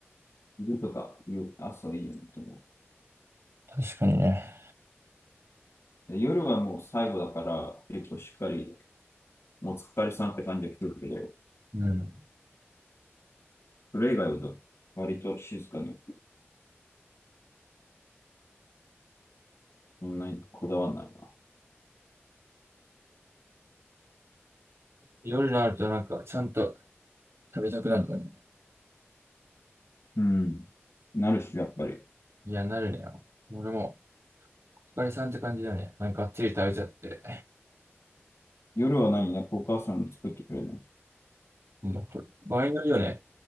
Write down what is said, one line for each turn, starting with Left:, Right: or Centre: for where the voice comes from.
Left: 昼とか夜朝いいよねと思う。
Right: 確かにね。
Left: で夜はもう最後だから結構しっかりお疲れさんって感じが来るけど、
Right: うん。
Left: それ以外は割と静かにそんなにこだわんないな。
Right: 夜になるとなんかちゃんと食べたくなるのね。
Left: うん。なるし、やっぱり。
Right: いや、なるねよ。俺も、お疲れさんって感じだね。なんかがっつり食べちゃって。
Left: 夜は何やっぱお母さん作ってくれるの
Right: うん場合によるよね。